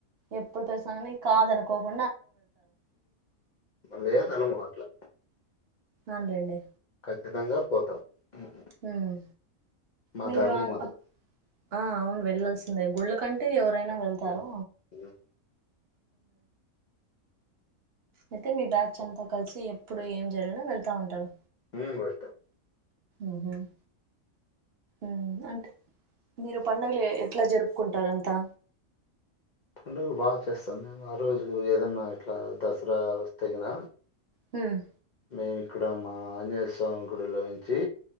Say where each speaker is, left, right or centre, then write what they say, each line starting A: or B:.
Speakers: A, on the right; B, on the left.
A: ఎప్పుడు తెసాని కాదనుకోక
B: లేయా తనము అట్లా
A: ఆన్ లెండి
B: ఖచ్చితంగా పోతాం హ్మ్.
A: ఉమ్
B: మా
A: మీరు
B: ధర్మం
A: ఆ
B: అది.
A: అవును వెళ్ళల్సి సింధే గుళ్ళకంటే ఎవరైనా వెళ్తారు
B: హ్మ్. హ్మ్.
A: అయితే మీ బ్యాచ్ అంతా కలిసి ఎప్పుడు ఏం జరిగినా వెళ్తా ఉంటారు
B: ఉమ్ వెళ్తాం
A: ఉహుమ్ మ్ అంటె మీరు పండగలు ఎ ఎట్లా జరుపుకుంటారంతా
B: పండుగలు బాగా చేస్తాం మేము ఆ రోజు ఏదన్నా ఇట్లా దసరా వస్తేగినా
A: హ్మ్
B: మేమిక్కడ మా ఆంజనేయ స్వామి గుడిలోంచి